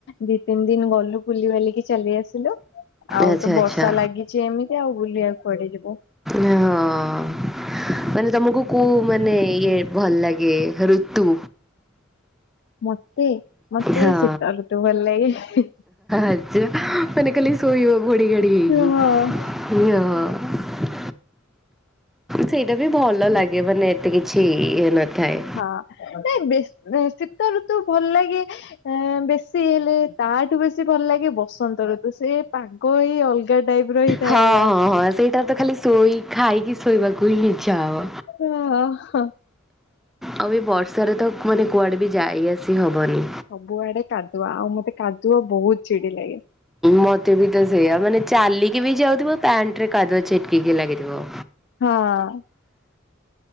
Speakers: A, on the left; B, in the centre.
A: ଦି ତିନି ଦିନ ଗଲୁ ବୁଲି ବାଲିକି ଚାଲି ଆସିଲୁ। ହେଲୋ ଆଉ
B: ଆଚ୍ଛା
A: ତ
B: ଆଚ୍ଛା
A: ବର୍ଷା ଲାଗିଛି ଏମିତି ଆଉ ବୁଲିବାକୁୁ କୁଆଡେ ଯିବୁ
B: ହଁ ମାନେ ତମକୁ କଉ ମାନେ ଇଏ ଭଲ ଲାଗେ ଋତୁ
A: ମୋତେ ମୋତେ
B: ହଁ
A: ଶୀତ ଋତୁ ଭଲ ଲାଗେ।
B: ଆଚ୍ଛା ମାନେ ଖାଲି ଶୋଇବ ଘୋଡି ଘାଡି ହେଇକି।
A: <unintelligible>
B: <unintelligible> ସେଇଟା ବି ଭଲ ଲାଗେ ମାନେ ଏତେ କିଛି ଇଏ ନଥାଏ
A: ହଁ ନାଇଁ ବେ ଶୀତ ଋତୁ ଭଲ ଲାଗେ ବେଶୀ ହେଲେ ତାଠୁ ବେଶୀ ଭଲ ଲାଗେ ବସନ୍ତ ଋ ତୁ ସେ ପାଗ ଏଇ ଅଲଗା ଟାଇପ ର ହେଇଥାଏ
B: ହଁ
A: ଆଉ।
B: ହଁ ହଁ ସେଇଟା ତ ଖାଲି ଶୋଇ ଖାଇକି ଶୋଇବାକୁ ହିଁ ଇଚ୍ଛା ହବ।
A: ଆ ହା।
B: ଆଉ ଏ ବର୍ଷାରେ ତ ମାନେ କୁଆଡେ ବି ଯାଇ ଆସି ହବନି।
A: ସବୁଆଡେ କାଦୁଆ ଆଉ ମତେ କାଦୁଅ ବହୁତ ଚିଡି ଲାଗେ।
B: ମତେ ବି ତ ସେଇଆ ମାନେ ଚାଲିକି ବି ଯାଉଥିବ ପ୍ୟାଣ୍ଟ ରେ କାଦୁଆ ଛିଟିକିକି ଲାଗିଥିବ।
A: ହଁ।